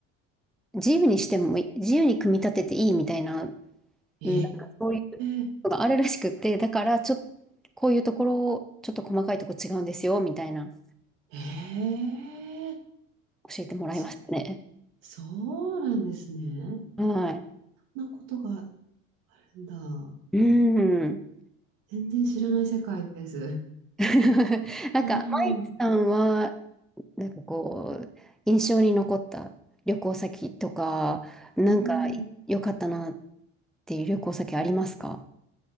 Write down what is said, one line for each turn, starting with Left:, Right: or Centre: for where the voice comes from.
Centre: 自由にしてもいい、自由に組み立てていいみたいな、
Right: え
Centre: うんなんかそういうのがあるらしくって、
Right: え、
Centre: だから、ちょっと、こういうところを、ちょっと細かいとこ違うんですよ、みたいな、
Right: ええ。
Centre: 教えてもらいましたね。
Right: ちそうなんですね。
Centre: はい。
Right: そんなことがなんだ。
Centre: うん。
Right: 全然知らない世界です。
Centre: <laughs> なんか、
Right: う
Centre: マイクさんは、
Right: ん。
Centre: なんかこう、印象に残った旅行先とか、なんか
Right: うん。
Centre: 良かったなっていう旅行先ありますか